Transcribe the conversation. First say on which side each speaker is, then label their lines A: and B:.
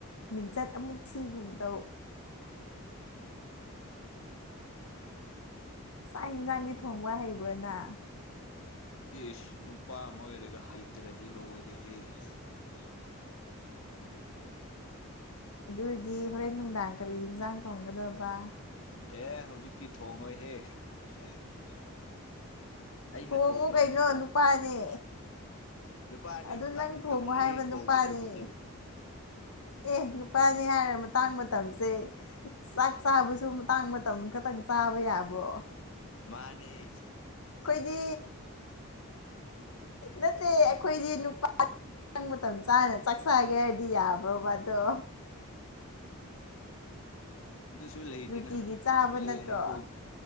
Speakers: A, on the left; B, on the left.
A: ꯃꯤꯡꯆꯠ ꯑꯃꯨꯛ ꯊꯤꯒꯨꯝ ꯇꯧ꯫ ꯆꯥꯛ ꯍꯦꯟꯖꯥꯡꯗꯤ ꯊꯣꯡꯕ ꯍꯩꯕ꯭ꯔꯣ ꯅ꯫
B: ꯏꯁ ꯅꯨꯄꯥ ꯑꯃ ꯑꯣꯏꯔꯒ ꯍꯩꯇ꯭ꯔꯗꯤ ꯂꯣꯏꯔꯦꯍꯦ꯫
A: <unintelligible> ꯑꯗꯨꯔꯗꯤ ꯍꯣꯔꯦꯟ ꯅꯨꯡꯗꯥꯡ ꯀꯔꯤ ꯍꯤꯟꯖꯥꯡ ꯊꯣꯡꯒꯗꯕ꯫
B: ꯑꯦ ꯍꯧꯖꯤꯛꯇꯤ ꯊꯣꯡꯡꯂꯣꯏꯍꯦ
A: ꯑꯦ ꯍꯧꯖꯤꯛꯊ
B: ꯑꯩꯅ
A: ꯀꯣꯡꯉꯨ
B: ꯊꯣꯡꯉꯣꯏ
A: ꯀꯩꯅꯣ
B: ꯍꯥꯏꯕ
A: ꯅꯨꯄꯥꯅꯦ
B: ꯅꯨꯄꯥꯅꯦ
A: ꯑꯗꯨ
B: ꯃꯇꯥꯡ
A: ꯅꯪ
B: ꯃꯇꯝ
A: ꯊꯣꯡꯉꯣ
B: ꯂꯩꯌꯦ
A: ꯍꯥꯏꯕ
B: ꯊꯣꯡꯒꯗꯕꯁꯦ
A: ꯅꯨꯄꯥꯅꯤ ꯑꯦ ꯅꯨꯄꯥꯅꯤ ꯍꯥꯏꯔ ꯃꯇꯥꯡ ꯃꯇꯝꯁꯦ ꯆꯥꯛ ꯆꯥꯕꯁꯨ ꯃꯇꯥꯡ ꯃꯇꯝ ꯈꯛꯇꯪ ꯆꯥꯕ ꯌꯥꯕ꯭ꯔꯣ
B: ꯃꯥꯅꯤ
A: ꯑꯩꯈꯣꯏꯗꯤ ꯅꯠꯇꯦ ꯑꯩꯈꯣꯏꯗꯤ ꯅꯨꯄꯥ ꯪ ꯃꯇꯝ ꯆꯥꯅ ꯆꯥꯛꯆꯒꯦ ꯍꯥꯏꯔꯗꯤ ꯌꯥꯕ꯭ꯔꯣꯕ ꯑꯗꯣ
B: ꯑꯗꯨꯁꯨ ꯂꯩꯗꯅ
A: ꯅꯨꯡꯇꯤꯒꯤ ꯆꯥꯕ
B: ꯍꯣꯡꯕꯕꯨꯣ
A: ꯅꯠꯇ꯭ꯔꯣ